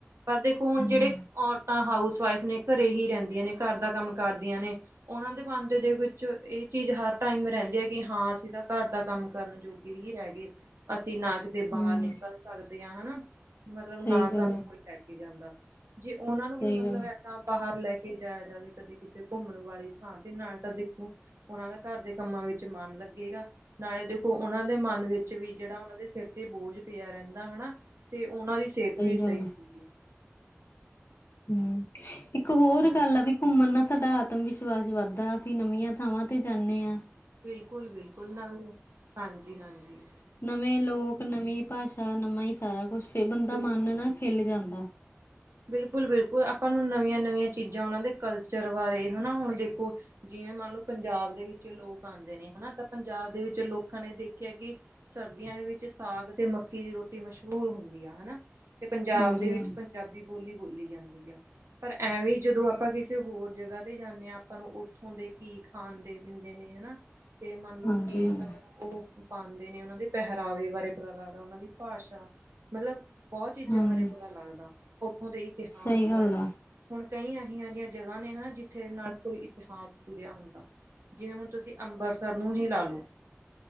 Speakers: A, on the right; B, on the left.
A: ਪਰ ਦੇਖੋ ਹੁਣ
B: ਹੂੰ
A: ਜਿਹੜੇ ਔਰਤਾਂ ਹਾਊਸ ਵਈਫ ਨੇ ਘਰੇ ਹੀ ਰਹਿੰਦੀਆਂ ਨੇ ਘਰ ਦਾ ਕੰਮ ਕਰਦੀਆਂ ਨੇ ਉਹਨਾਂ ਦੇ ਮਨ ਦੇ ਵਿੱਚ ਇਹ ਚੀਜ਼ ਹਰ ਟਾਈਮ ਰਹਿੰਦੀ ਹੈ ਕਿ ਹਾਂ ਅਸੀਂ ਤਾਂ ਘਰ ਦਾ ਕੰਮ ਕਰਨ ਜੋਗੇ ਹੀ ਰਹਿ ਗਏ, ਅਸੀਂ ਨਾ ਕਿ ਦੇ ਬਾਹਰ
B: ਹੂੰ
A: ਨਿਕਲ ਸਕਦੇ ਆ ਹੈਨਾ, ਮਤਲਬ ਨਾ
B: ਸਹੀ ਗੱਲ
A: ਸਾਨੂੰ
B: ਆ
A: ਕੋਈ ਲੈਕੇ ਜਾਂਦਾ। ਜੇ ਉਹਨਾਂ ਨੂੰ
B: ਸਹੀ
A: ਵੀ ਮਤਲਬ
B: ਗੱਲ
A: ਇੱਦਾਂ ਬਾਹਰ ਲੈ ਕੇ ਜਾਇਆ ਜਾਵੇ ਕਦੇ ਕਿਤੇ ਘੁੰਮਣ ਵਾਲੀ ਹਾਂ ਤੇ ਨਾਲ ਤਾਂ ਦੇਖੋ ਉਹਨਾਂ ਦਾ ਘਰ ਦੇ ਕੰਮਾਂ ਵਿੱਚ ਮਨ ਲੱਗੇਗਾ। ਨਾਲੇ ਦੇਖੋ ਉਹਨਾਂ ਦੇ ਮਨ ਵਿੱਚ ਵੀ ਜਿਹੜਾ ਉਹਨਾਂ ਦੇ ਸਿਰ ਤੇ ਬੋਝ ਪਿਆ ਰਹਿੰਦਾ ਹੈਨਾ। ਤੇ ਉਹਨਾਂ ਦੀ ਸਿਹਤ ਵੀ ਸਹੀ
B: ਗੱਲ ਆ
A: ਹੁੰਦੀ ਹੈ।
B: ਹੂੰ, ਇੱਕ ਹੋਰ
A: ਹਾਂਜੀ
B: ਗੱਲ ਆ ਵੀ ਘੁੰਮਣ ਨਾਲ ਸਾਡਾ ਆਤਮ ਵਿਸ਼ਵਾਸ ਵੱਧਦਾ ਅਸੀਂ ਨਵੀਆਂ ਥਾਵਾਂ ਤੇ ਜਾਂਦੇ ਆ।
A: ਬਿਲਕੁਲ-ਬਿਲਕੁਲ ਨਵੀਂ, ਹਾਂਜੀ-ਹਾਂਜੀ।
B: ਨਵੇਂ ਲੋਕ ਨਵੀਂ ਭਾਸ਼ਾ ਨਵਾਂ ਹੀ ਸਾਰਾ ਕੁਛ ਫੇ ਬੰਦਾ
A: ਬਿਲਕੁਲ
B: ਮਨ
A: ਬਿਲਕੁਲ
B: ਨਾ ਖਿਲ ਜਾਂਦਾ।
A: ਬਿਲਕੁਲ-ਬਿਲਕੁਲ ਆਪਾਂ ਨੂੰ ਨਵੀਆਂ- ਨਵੀਆਂ ਚੀਜ਼ਾਂ ਉਹਨਾਂ ਦੇ ਕਲਚਰ ਬਾਰੇ ਹੈਨਾ ਹੁਣ ਦੇਖੋ ਜਿਵੇਂ ਮੰਨ ਲਓ ਪੰਜਾਬ ਦੇ ਵਿੱਚ ਲੋਕ ਆਂਦੇ ਨੇ ਹਨਾ ਤਾਂ ਪੰਜਾਬ ਦੇ ਵਿੱਚ ਲੋਕ ਅੱਖਾਂ ਨੇ ਦੇਖਿਆ ਕਿ ਸਰਦੀਆਂ ਦੇ ਵਿੱਚ ਸਾਗ ਤੇ ਮੱਕੀ ਦੀ ਰੋਟੀ ਮਸ਼ਹੂਰ ਹੁੰਦੀ ਆ ਹੈਨਾ ਤੇ ਪੰਜਾਬ
B: ਹਾਂਜੀ
A: ਦੇ ਵਿੱਚ
B: ਹਾਂਜੀ
A: ਪੰਜਾਬੀ ਬੋਲੀ-ਬੋਲੀ ਜਾਂਦੀ ਆ ਪਰ ਐਵੇਂ ਜਦੋਂ ਆਪਾਂ ਕਿਸੇ ਹੋਰ ਜਗ੍ਹਾ ਤੇ ਜਾਂਦੇ ਹਾਂ ਆਪਾਂ ਨੂੰ ਉੱਥੋਂ ਦੇ ਕੀ ਖਾਣ ਦੇ। ਦਿੰਦੇ ਨੇ ਹਨਾ ਤੇ ਮੰਨ ਲਓ
B: ਹਾਂਜੀ
A: ਕਿ
B: ਹਾਂਜੀ
A: ਮਤਲਬ ਉਹ ਪਾਂਦੇ ਨੇ ਉਹਨਾਂ ਦੇ ਪਹਿਰਾਵੇ ਬਾਰੇ ਪਤਾ ਲੱਗਦਾ ਉਹਨਾਂ ਦੀ ਭਾਸ਼ਾ। ਮਤਲਬ ਬੋਤ ਚੀਜ਼ਾਂ
B: ਹਾਂਜੀ
A: ਬਾਰੇ ਪਤਾ ਲੱਗਦਾ ਉੱਥੋਂ ਦੇ ਇਤਿਹਾਸ
B: ਸਹੀ ਗੱਲ
A: ਬਾਰੇ।
B: ਆ
A: ਹੁਣ ਕਈ ਇਹੀਆਂ ਜਿਹੀਆਂ ਜਗ੍ਹਾ ਨੇ ਹੈ ਜਿੱਥੇ ਨਾਲ ਕੋਈ ਇਤਿਹਾਸ ਜੁੜਿਆ ਹੁੰਦਾ। ਜਿਵੇਂ ਹੁਣ ਤੁਸੀਂ ਅੰਬਰਸਰ ਨੂੰ ਹੀ ਲਾ ਲਓ